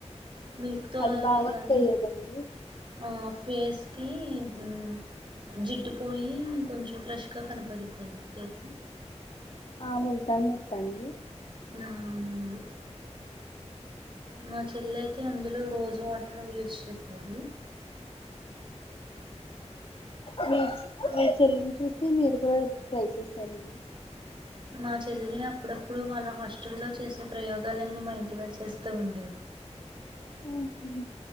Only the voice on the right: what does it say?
మిల్క్ ద్వారా
కానీ
అ ఫేస్కి మ్మ్ జిడ్డు పోయి కొంచెం ఫ్రెష్ ఇంకా కనపడుదండి ఫేసు
ఆ అవునండి మ చెల్ల అయితే అందులో రోజు వాటర్ యూస్ చేసుకోండి
మా చెల్లి అప్పుడప్పుడు వాళ్ళ హాస్టల్లో చేసే ప్రయోగాలన్నీ మా ఇంటి కాడ చేేస్తూ ఉండే